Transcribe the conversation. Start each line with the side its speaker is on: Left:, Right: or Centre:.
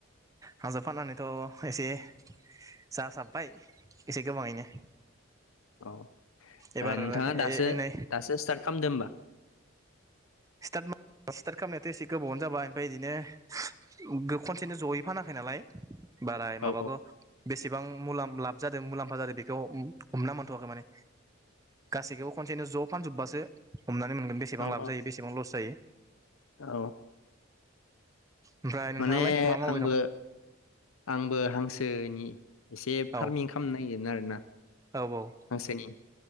Right: हांसो फाननानैथ' एसे जासाबबाय एसे गोबाङैनो।
Left: औ
Right: एबार
Left: ओ नोंथाङा
Right: ए
Left: दासो
Right: नै
Left: दासो स्टार्ट खालामदो होमबा?
Right: स्टार्ट खालामनायाथ' एसे गोबावनो जाबाय ओमफ्राय बिदिनो खनसेनो जयै फानाखै नालाय बारा माबाखौ
Left: औ
Right: बेसेबां मुलाम्फा लाब जादों मुलाम्फा जादों बेखौ हमना मोनथ'वाखै माने। गासैखौबो खनसेनो ज' फानजोबबासो हमनानै मोनगोन बेसेबां
Left: औ
Right: लाब
Left: औ
Right: जायो बे सेबां लस जायो।
Left: औ।
Right: ओमफ्राय नोंथाङालाय
Left: माने
Right: मा मावबाय
Left: आंबो
Right: दं
Left: आंबो हांसो नि एसे फार्मिं
Right: औ
Left: खालामनो नागिरदों आरो। ना।
Right: औ
Left: हांसोनि